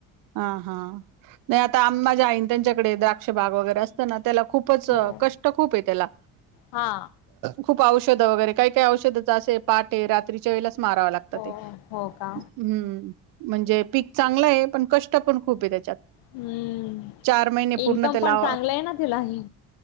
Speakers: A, on the right (about 65°); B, on the left (about 75°).
A: हा हा. नाही आता आम माझ्या आईन त्यांच्याकडे द्राक्ष बाग वगैरे असतं ना त्याला खूपच
B: हो.
A: कष्ट खूप आहे त्याला.
B: हा
A: खूप औषधं वगैरे काही काही औषधच असे, पाटे रात्रीच्या वेळेलाच माराव लागत
B: हो
A: ते.
B: हो का
A: हम्म म्हणजे ते पिक चांगलंय पण कष्ट पण खूप आहे त्याच्यात.
B: हम्म
A: चार महिने पूर्ण
B: इन्कम
A: त्याला
B: पण चांगलं आहे ना तिला ह.